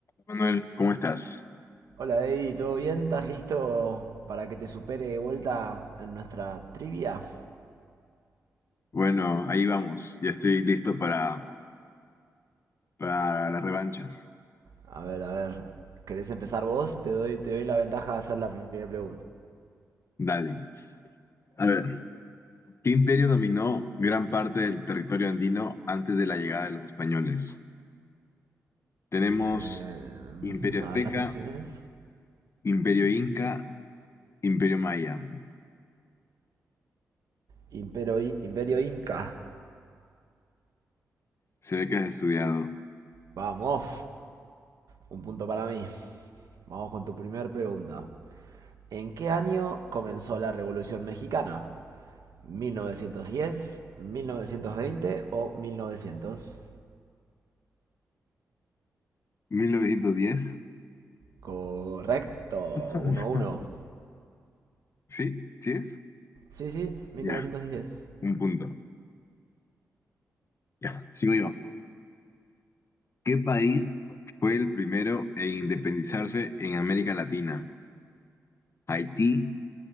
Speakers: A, on the left (about 45°); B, on the right (about 75°).
A: Manuel, ¿cómo estás?
B: Hola Eddie, ¿todo bien? ¿Estás listo para que te supere de vuelta en nuestra trivia?
A: Bueno, ahí vamos. Ya estoy listo para, para la revancha.
B: A ver, a ver, ¿querés empezar vos? Te doy, te doy la ventaja de hacer la primera pregunta.
A: Dale. A ver, ¿qué imperio dominó gran parte del territorio andino antes de la llegada de los españoles? Tenemos
B: Eh,
A: Imperio
B: ujú,
A: Azteca,
B: a ver las opciones.
A: Imperio Inca, Imperio Maya.
B: Impero I- Imperio Inca.
A: Se ve que has estudiado.
B: Vamos. Un punto para mí. Vamos con tu primera pregunta. ¿En qué año comenzó la Revolución Mexicana? ¿1910, 1920 o 1900?
A: 1910.
B: Correcto.
A: <laughs>
B: 1-1.
A: ¿Sí? ¿Sí es?
B: Sí, sí, 1910.
A: Ya, un punto. Ya, sigo yo. ¿Qué país fue el primero en independizarse en América Latina? Haití,